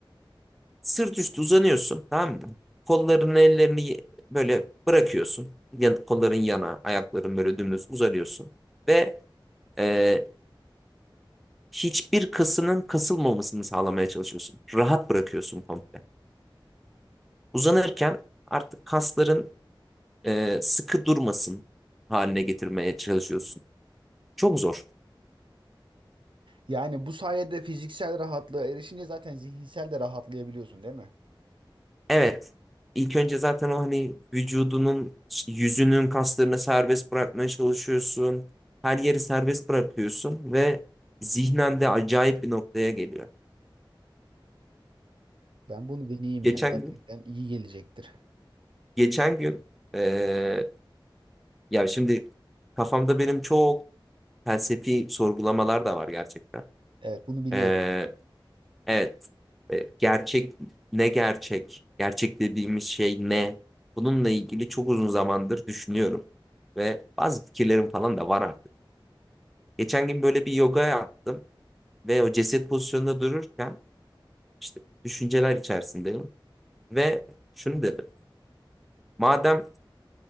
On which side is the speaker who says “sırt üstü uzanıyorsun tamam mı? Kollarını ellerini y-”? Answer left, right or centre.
Centre